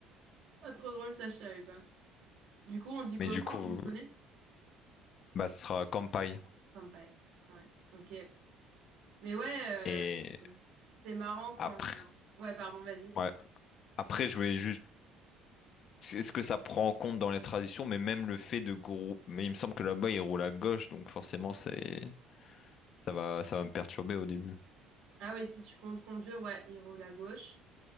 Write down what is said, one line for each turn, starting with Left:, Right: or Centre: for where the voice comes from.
Right: Ah, trop drôle, ça, je savais pas. Du coup, on dit comment
Left: Mais du coup,
Right: en japonais?
Left: bah, ce sera kampai.
Right: Kanpai. Ouais, ok. Mais ouais, euh,
Left: Et
Right: c'est marrant quand.
Left: après,
Right: Ouais, pardon, vas-y, continue.
Left: ouais. Après, je voulais juste c'est- Est-ce que ça prend en compte dans les traditions, mais même le fait de groupe. Mais il me semble que là-bas, ils roulent à gauche, donc forcément, c'est ça va, ça va me perturber au début.
Right: Ah oui, si tu comptes conduire, ouais, il roule à gauche.